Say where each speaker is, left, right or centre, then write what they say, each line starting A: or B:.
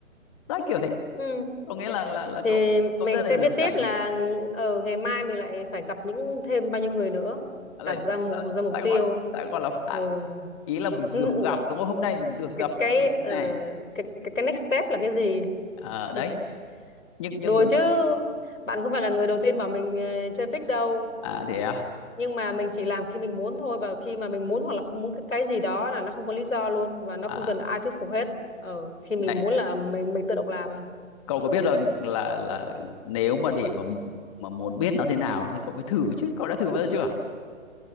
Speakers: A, on the left; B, on the left.
A: đó kiểu thế
B: ừ
A: có nghĩa là là là
B: thì
A: cậu cậu
B: mình
A: rất
B: sẽ
A: là nhiều
B: viết tiếp
A: trải
B: là
A: nghiệm
B: ở ngày mai mình lại phải gặp những thêm bao nhiêu người nữa
A: À,
B: đặt
A: lại
B: ra mục
A: sao
B: ra mục
A: sao
B: tiêu
A: gọi sao gọi là
B: ừ
A: à, ý là mình
B: N-
A: được gặp đúng không hôm nay mình được
B: cái
A: gặp
B: cái
A: những người
B: ờ,
A: như này
B: cái, cái cái next step là cái gì
A: Ờ, đấy
B: <laughs>
A: nhưng nhưng
B: đùa
A: mà
B: chứ bạn không phải là người đầu tiên mà mình ờ, chơi pick đâu
A: à thế à?
B: nhưng mà mình chỉ làm khi mình muốn thôi và khi mà mình muốn hoặc là không muốn cái cái gì đó là nó không có lý do luôn và nó
A: À,
B: không cần ai thuyết phục hết ờ, khi mình
A: Này,
B: muốn là mình mình tự động làm à.
A: cậu có biết rằng là là nếu mà để mà mà muốn biết nó thế nào thì cậu phải thử chứ. Cậu đã thử bao giờ chưa?